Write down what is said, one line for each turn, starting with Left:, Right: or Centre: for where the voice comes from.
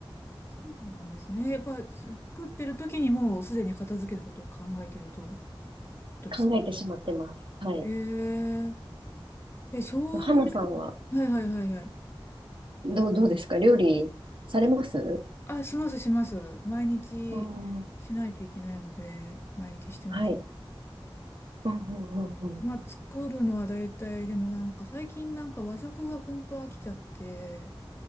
Left: そうなんですね。やっぱす作ってる時にもうすでに片付けのことを考えているとことですか
Right: 考えてしまってます。はい。
Left: へえ。え、生姜、
Right: 花さんは、
Left: はいはいはいはい。
Right: どう、どうですか料理されます
Left: あ、します、します。毎日しないといけないので、
Right: あー
Left: 毎日してます。
Right: はい。うんうんうんうん。
Left: まあ、作るのは大体、でもなんか最近なんか和食が本当飽きちゃって、